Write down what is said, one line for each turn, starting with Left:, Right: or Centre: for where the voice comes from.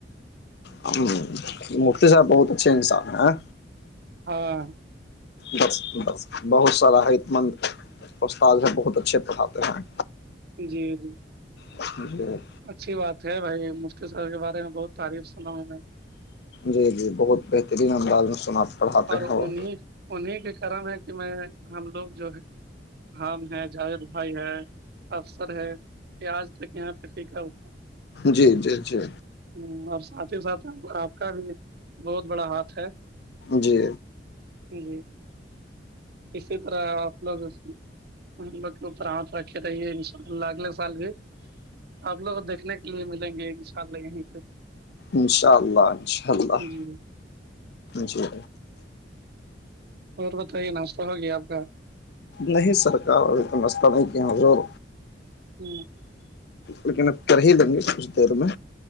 Left: ہ مفتی صاحب بہت اچھے انسان ہیں
Right: ہاں
Left: بس بس بہت سارا حت مند اسستاد ہے بہت اچھے پڑھاتے ہیں
Right: جی جی
Left: ج <unintelligible>
Right: اچھی بات ہے بھائی مفتی صحا ب کے بارے میں بہت تعریف سنا ہوں میں
Left: جی جی بہت بہترین انداز میں سنا پڑھاتے
Right: اور
Left: ہیں وہ
Right: انیں انہیں کی کرم ہے کہ میں ہم لوگ جو ہے حام ہے جاوید بھائی ہے افسر ہے یہ آج تک یہاں پہ فٹیکہ ہوا
Left: جی جی جی
Right: ہ اور ساتھ ہی ساتھ آپ کا بھی بہت بڑا ہاتھ ہے
Left: جی
Right: جی اسی طرح آپ لوگ ہم لوگ کے اوپر ہاتھ رکھے رہیے ان شاء اللہ اگلے سال بھی آپ لوگ دیکھنے کے لیے ملیں گے ان شاء اللہ یہیں پہ
Left: انشاء اللہ انشاء اللہ
Right: جی
Left: جی
Right: اور بتائیے ناشتہ ہوگیا آپ کا
Left: نہیں سرکار اور ا مستبی کی حضور
Right: ہ
Left: لیکن اب کر ہی لیں گے کچھ دیر میں